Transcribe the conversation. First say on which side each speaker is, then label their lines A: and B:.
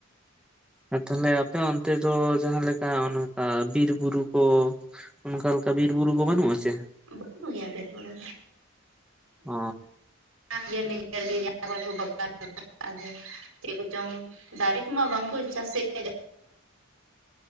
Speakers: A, in the centre; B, on the right.
A: ᱟᱨ ᱛᱟᱦᱚᱞᱮ ᱟᱯᱮ ᱚᱱᱛᱮ ᱫᱚ ᱡᱟᱦᱟ ᱞᱮᱠᱟ ᱚᱱᱠᱟ ᱵᱤᱨ ᱵᱩᱨᱩ ᱠᱚ ᱚᱱᱠᱟ ᱞᱮᱠᱟ ᱵᱤᱨ ᱵᱩᱨᱩ ᱠᱚ ᱵᱟᱹᱱᱩᱜ ᱟᱥᱮ
B: ᱵᱟᱹᱱᱩᱜ ᱜᱮᱭᱟ ᱵᱤᱨᱵᱩᱨᱩ
A: ᱚ
B: ᱨᱮ ᱱᱤᱡᱮᱨ ᱜᱮ ᱟᱠ ᱵᱟᱜᱟᱱ ᱟ ᱪᱮᱫ ᱠᱚᱪᱚᱝ ᱫᱟᱨᱮ ᱠᱚᱢᱟ ᱵᱟᱝᱠᱚ ᱪᱟᱥᱮᱫ ᱜᱮ